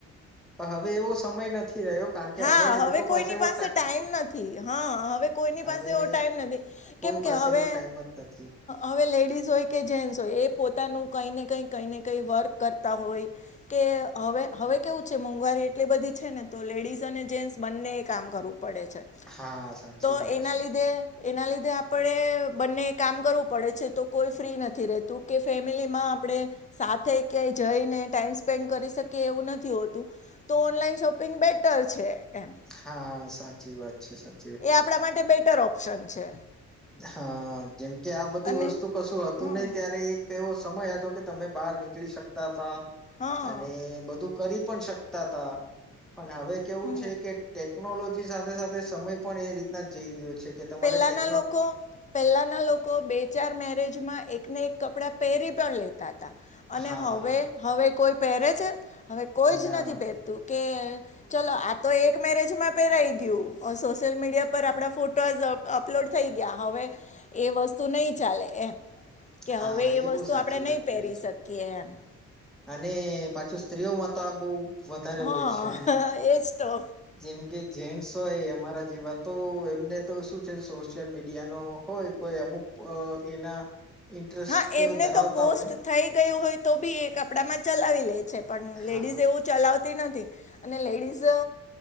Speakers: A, in the centre; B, on the left (about 25°).
A: હવે એવો સમય નથી. રહ્યો કારણ કે
B: હા
A: એ લોકો
B: હવે કોઈની
A: એવો
B: પાસે ટાઈમ નથી હા હવે કોઈની
A: હવે
B: પાસે એવો ટાઈમ નથી.
A: કોઈ
B: કેમ કે
A: પાસે
B: હવે
A: એવો ટાઈમ જ નથી
B: હવે લઈ લ હોય કે જે હોય એ પોતાનું કને ક કને કઈ વર્ક કરતા હોય, કે હવે હવે કેવું છે મોંઘવારી એટલી બધી છે ને તો લેડીઝ અને જેન્ટસ બંને એ કામ કરવું પ,
A: હા સાચી
B: તો
A: વાત
B: એના
A: છે
B: લીધે એના લીધે આપણે બંને કામ કરવું પડે છે તો કોઈ ફ્રી નથી રતું કે ફેમિલીમાં આપણે સાથે ક્યાંય જઈને ટમ સ્પેન્ડ કરી શકીએ એવું નથી હોતું, તો ઓનલાઈન શપિંગ બેટર છે. એમ
A: હા સાચી વાત છે સા
B: એ આપણા માટે બેટર ઓપ્શન છે.
A: હા જેમ કે આ બધી
B: અને
A: વસ્તુ કશું હતું
B: હા
A: નહિ ત્યારે તે એવો સમય હતો કે તમે બહાર નીકળી શકતા તા
B: હા
A: અને બધું કરી પણ શકતા તા, પણ હવે કેવું
B: હમ
A: છે કે ટેક નોલોજી સાથે-સાથે સમય પણ એ રીતના જઈ રહ્યો છે કે તમારે
B: પહેલાંના
A: ટેક
B: લોકો પહેલા ના લોકો બે ચાર મેરેજમાં એકને એક કપડા પહેરી પણ લે તા તા. અને
A: હા
B: હવે, હવે કોઈ પહેરે છે! હવે કોઈ જ
A: ના
B: નથી પહેરતું, કે ચલો આ તો એક મેરેજમાં પહેરાઈ ગયું. અહ સોશ લ મિડિયા પર આપણા ફોટ અપલોડ થઈ ગયા, હવે એ વસ્તુ નહીં ચાલે એમ. કે
A: હા
B: હવે
A: એ
B: વસ્તુ
A: બહુ સાચી
B: આપણે નહીં
A: વાત
B: પહેરી
A: કરી.
B: શકીએ એમ
A: અને પાછું સ્ત્રીઓમાં તો બહું વધારે
B: હા
A: હોય છે.
B: એજ તો
A: જેમ કે જેન્ટસ હોય અમારા જેવા, તો એમને તો શું છે સોશિયલ મીડિયા નો હોય કોઈ અમુક પ એના ઇન્ટરેસ્ટ
B: હા. એમને
A: ધરાવતા
B: તો પોસ્ટ
A: હોય
B: થઈ ગયું હોય તો બી એ કપડામાં ચલાવી લેય છે, પણ
A: હા
B: લેડીઝ તેઓ ચલાવ તી નથી. અને લેડીઝ